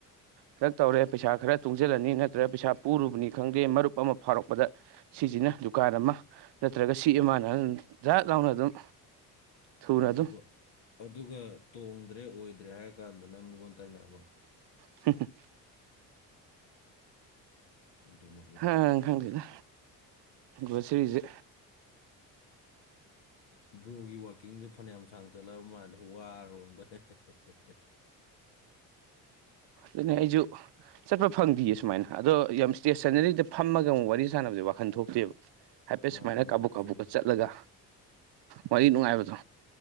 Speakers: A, on the right (about 60°); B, on the left (about 65°).
A: ꯈꯔ ꯇꯧꯔꯦ ꯄꯩꯁꯥ ꯈꯔ ꯇꯨꯡꯖꯤꯜꯂꯅꯤ ꯅꯠꯇ꯭ꯔꯒ ꯄꯩꯁꯥ ꯄꯨꯔꯨꯕꯅꯤ ꯈꯪꯗꯦ ꯃꯔꯨꯞ ꯑꯃ ꯐꯥꯎꯔꯛꯄꯗ ꯁꯤꯖꯤꯅ ꯗꯨꯀꯥꯟ ꯑꯃ ꯅꯠꯇ꯭ꯔꯒ ꯁꯤ <unintelligible> ꯗꯔꯠ ꯂꯥꯎꯅ ꯑꯗꯨꯝ ꯊꯨꯅ
B: ꯑꯗꯨꯒ
A: ꯑꯗꯨꯝ
B: ꯑꯗꯨꯒ ꯇꯣꯡꯗ꯭ꯔꯦ ꯑꯣꯏꯗ꯭ꯔꯦ ꯍꯥꯏꯔꯀꯥꯟꯗꯅ ꯃꯤꯉꯣꯟ ꯇꯥꯏꯅꯕ
A: <unintelligible>
B: ꯑꯗꯨꯃꯛ
A: ꯍꯥ ꯈꯪꯗꯦꯗꯥ ꯒ꯭ꯔꯣꯁꯔꯤꯖꯤ
B: ꯕ꯭ꯔꯣꯒꯤ ꯋꯥꯛꯀꯤꯡꯖꯦ ꯐꯅꯌꯥꯝ ꯁꯥꯡ ꯆꯠꯂꯛꯑꯕ ꯃꯥꯜꯂꯦ ꯋꯥꯔꯕ ꯀꯩꯅꯣꯝ ꯇꯧꯋꯦ
A: ꯑꯗꯨꯅꯤ ꯑꯩꯖꯨ ꯆꯠꯄ ꯐꯪꯗꯤꯌꯦ ꯁꯨꯃꯥꯏꯅ ꯑꯗꯣ ꯌꯥꯝ ꯏꯁꯇꯦꯁꯟꯅꯔꯤꯗ ꯐꯝꯃꯒ ꯑꯃꯨꯛ ꯋꯥꯔꯤ ꯁꯥꯟꯅꯕꯖꯦ ꯋꯥꯈꯟ ꯊꯣꯛꯇꯦꯕ ꯍꯥꯏꯐꯦꯠ
B: ꯃꯥꯅꯦ
A: ꯁꯨꯃꯥꯏꯅ
B: ꯃꯥꯅꯦ
A: ꯀꯥꯕꯨꯛ
B: ꯆꯨꯝꯃꯤ
A: ꯀꯥꯕꯨꯛꯀ ꯆꯠꯂꯒ ꯋꯥꯔꯤ ꯅꯨꯡꯉꯥꯏꯕꯗꯣ